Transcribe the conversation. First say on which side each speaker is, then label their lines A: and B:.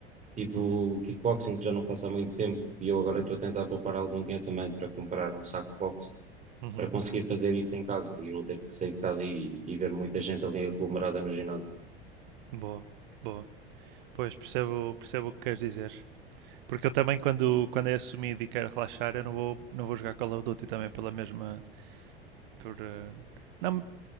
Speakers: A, on the right; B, on the right.
A: tipo
B: Uhum,
A: kickboxing, que já não faço há muito tempo, e eu agora estou a tentar poupar algum dinheiro também para comprar um saco box
B: uhum.
A: para conseguir fazer isso em casa e não ter que sair de casa e, e ver muita gente ali aglomerada no ginásio.
B: Boa, boa. Pois, percebo, percebo o que queres dizer. Porque eu também, quando, quando é assumido e quero relaxar, eu não vou, não vou jogar Call of Duty também pela mesma. Por, eh, não,